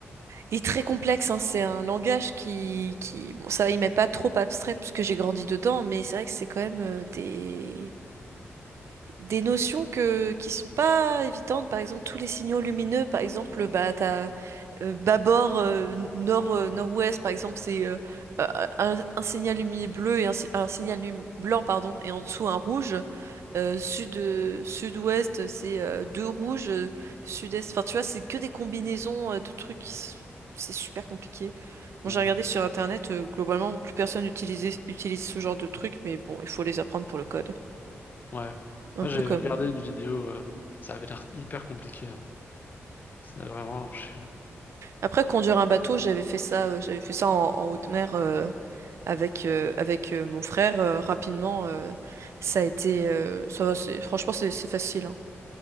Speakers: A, on the right; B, on the left.
A: il est très complexe. hein. C'est un langage qui, qui, bon, ça, il m'est pas trop abstrait puisque j'ai grandi dedans, mais c'est vrai que c'est quand même euh, des, des notions que qui sont pas évidentes. Par exemple, tous les signaux lumineux. Par exemple, bah t'as euh, bâbord euh, nord euh, nord-ouest. Par exemple, c'est euh, euh, un, un signal lumineux bleu et un, si- un signal lum- blanc pardon et en dessous un rouge. Euh, sud euh, sud-ouest, c'est euh, deux rouges. euh, sud-est. Enfin, tu vois, c'est que des combinaisons euh, de trucs qui s- c'est super compliqué. Bon,
B: Ouais.
A: j'ai regardé sur internet. euh, globalement, plus personne utilise utilise ce genre de trucs, mais bon, il faut les apprendre pour le code.
B: Ouais.
A: Un
B: Moi,
A: peu
B: j'avais
A: comme.
B: regardé une vidéo, euh, ça avait l'air hyper compliqué. Hein. C'est vraiment chiant. <laughs>
A: Après, conduire un bateau, j'avais fait ça, euh, j'avais fait ça en, en haute mer euh, avec euh, avec euh, mon frère euh, rapidement. euh, ça a été, euh, ça va, c'est- franchement, c'est c'est facile. hein.